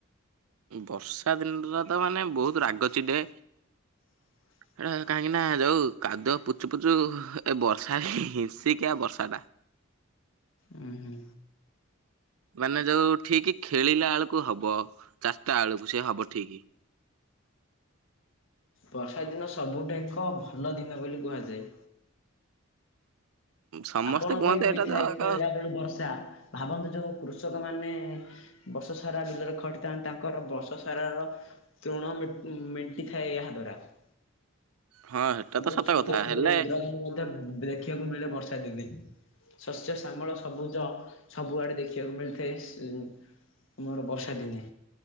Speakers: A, on the right (about 85°); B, on the left (about 65°).
A: ବର୍ଷା ଦିନରା ତ ମାନେ ବହୁତ ରାଗ ଚିଡ଼େ।
B: <inaudible>
A: ହେଟା କାହିଁକି ନା ଯଉଁ କାଦୁଅ ପୁଚୁ ପୁଚୁ ଏ ବର୍ଷାରେ ହିଂସିକିଆ ବର୍ଷାଟା।
B: ଉୁଁ ହୁଁ।
A: ମାନେ ଯୋଉ ଠିକ୍ ଖେଳିଲା ବେଳକୁ ହବ ଚାଟା ବେଳକୁ ସେ ହବ ଠିକ୍
B: ବର୍ଷା ଦିନ ସବୁଠେଏକ ଭଲ ଦିନ ବୋଲି କୁହାଯାଏ।
A: ସମସ୍ତେ
B: ଆପଣଙ୍କ
A: କୁହନ୍ତି
B: ପାଇଁ ହୋଇଥାଏ
A: ଏଇଟା ତ
B: ଖେଳିଲା
A: ଏକ
B: ବେଳେ ବର୍ଷା ଭାବନ୍ତୁ ଯୋଉ କୃଷକ ମାନେ ବର୍ଷ ସାରା ବିଲରେ ଖଟିଥାନ୍ତି ତାଙ୍କର ବର୍ଷସାରାର। ତୃଣ ମେଣ୍ଟ ମେଣ୍ଟିଥାଏ ଏହା ଦ୍ୱାରା।
A: ହଁ ହେଟା
B: ଆଉ ବହୁତ
A: ତ ସତ
B: ସୁନ୍ଦର
A: କଥା
B: ସୁନ୍ଦର
A: ହେଲେ
B: ଇନ୍ଦ୍ରଧନୁ ମଧ୍ୟ ଦେଖିବାକୁ ମିଳେ ବର୍ଷା। <inaudible> ଶସ୍ୟ ଶାମଳ ସବୁଜ ସବୁଆଡେ ଦେଖିବାକୁ ମିଳିଥାଏ ଉ ସେ ଅମର ବର୍ଷା ଦିନେ।